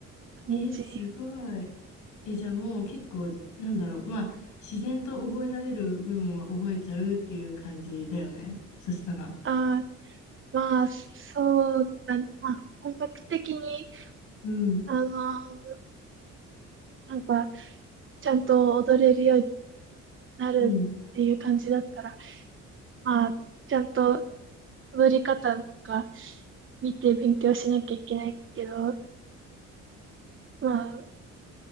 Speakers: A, on the right; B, on the left.
A: 感じ。
B: えー、すごい。え、じゃあもう結構、なんだろう、まあ、自然と覚えられる部分は覚えちゃうっていう感じだよね。そしたら。
A: ああまあ、そうだね。まあ、本格的に、
B: うん、
A: あのーなんか、ちゃんと踊れるようになるっていう感じだったら、
B: うん、
A: まあ、ちゃんと踊り方とか見て勉強しなきゃいけないけど、まあ、